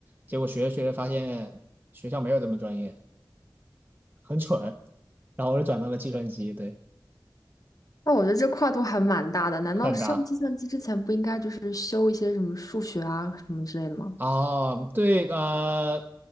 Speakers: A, on the right (about 25°); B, on the left (about 50°).
A: 结果学着学着发现学校没有这么专业，很蠢。然后我就转到了计算机，对，
B: 那我觉得这跨度还蛮大的。难道上计算机之前不应该就是修一些什么数学啊什么之类的吗？
A: 很大哦，对，呃，